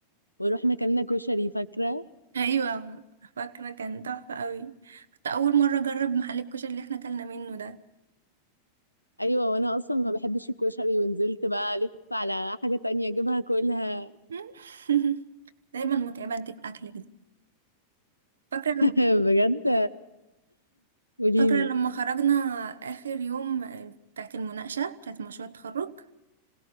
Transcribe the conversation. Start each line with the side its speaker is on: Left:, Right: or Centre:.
Left: ورحنا كلنا كشري فاكرة
Right: ايوه فاكره كان تحفه قوي كنت اول مره اجرب محل الكشري اللي احنا اكلنا منه ده
Left: أيوة وأنا أصلا ما بحبش الكشري ونزلت بقى ألف على حاجة تانية أجيبها كلها
Right: <laughs> دايما متعبه انت باكلك دي فاكره لما
Left: <laughs> بجد قوليلي
Right: فاكره لما خرجنا اخر يوم آه، بتاعت المناقشه بتاعت مشروع التخرج